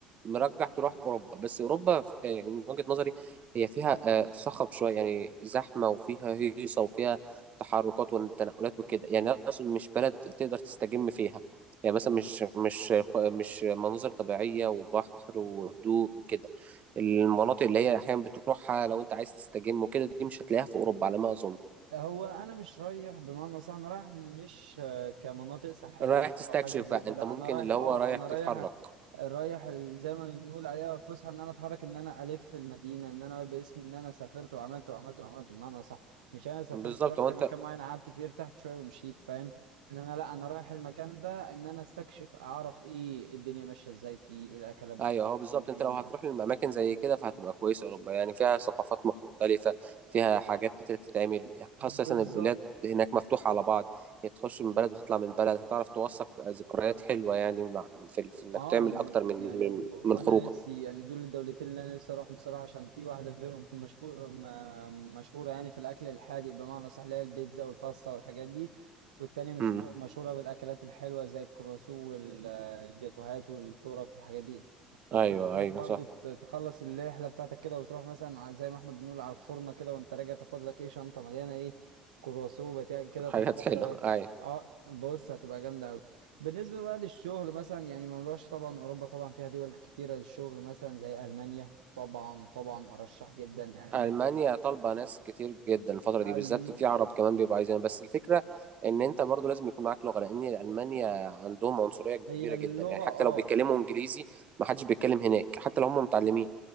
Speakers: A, on the right (about 35°); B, on the right (about 70°).
A: مرجح تروح اوروبا بس اوروبا آه، يعني من وجهة نظري هي فيها آه، صخب شويه يعني زحمه وفيها هيصه وفيها تحركات والتنقلات وكده يعني انا اقصد مش بلد تقدر تستجم فيها يعني مثلا مش مش مش مناظر طبيعيه وبحر وهدوء وكده المناطق اللي هي احيانا بتروحها لو انت عايز تستجم وكده دي مش هتلاقيها في اوروبا على ما اظن
B: هو انا مش رايح بمعنى صح انا رايح مش آه، كمناطق ساحليه
A: رايح تستكشف
B: او حاجه زي
A: بقى
B: كده
A: انت ممكن
B: انا رايح
A: اللي هو
B: اه
A: رايح
B: انا
A: تتحرك
B: رايح رايح ال- زي ما بنقول عليها فسحه ان انا اتحرك ان انا الف في المدينه ان انا باسمي ان انا سافرت وعملت وعملت وعملت بمعنى صح مش انا سافرت
A: بالظبط
B: رحت
A: هو انت
B: مكان معين قعدت فيه ارتحت شويه ومشيت فاهم ان انا لا انا رايح المكان ده ان انا استكشف اعرف ايه الدنيا ماشيه ازاي فيه ايه الاكلات بتاعتهم
A: ايوه هو بالظبط
B: ايه
A: انت
B: الماء
A: لو هتروح للاماكن زي كده فهتبقى كويسه اوروبا يعني فيها ثقافات مختلفه فيها حاجات كتير تتعمل
B: بالظبط
A: خاصه البلاد هناك مفتوحه على بعض يعني تخش من بلد وتطلع من بلد هتعرف توثق ذكريات حلوه يعني مع في, ال- في انك
B: اه
A: تعمل
B: و-
A: اكتر من
B: يعني
A: من
B: و- وانا
A: من خروجه
B: نفسي يعني دول الدولتين اللي انا نفسي اروحهم صراحه عشان في واحده غيرهم في مشكور م- مشهوره يعني في الاكل الحادق بمعنى صح اللي هي البيتزا والباستا والحاجات دي والتانية مش
A: امم
B: مشهوره بالاكلات الحلوه زي الكرواسو والجاتوهات والتورت والحاجات دي فتروح
A: ايوه
B: هناك
A: ايوه
B: برضو
A: صح
B: ت- تخلص الرحله بتاعتك كده وتروح مثلا ع- زي ما احنا بنقول على الفرنه كده وانت راجع تاخد لك ايه شنطه مليانه ايه كرواسو بتاع كده
A: حاجات
B: تاخد
A: حلوه
B: اه
A: ايوه
B: آه، بص هتبقى جامده أوي. بالنسبة بقى للشغل مثلا يعني ما نروحش طبعا أوروبا طبعا فيها دول كتيرة للشغل مثلا زي ألمانيا طبعا طبعا أرشح جدا ألمانيا
A: ألمانيا طالبة ناس كتير جدا الفترة
B: ألم...
A: دي بالذات في عرب كمان بيبقوا عايزينها بس الفكرة إن أنت برضو لازم يكون معاك لغة لأن ألمانيا عندهم عنصرية
B: هي
A: كبيرة
B: اللغة
A: جدا يعني حتى
B: اه
A: لو بيتكلموا إنجليزي ما حدش بيتكلم هناك حتى لو هم متعلمين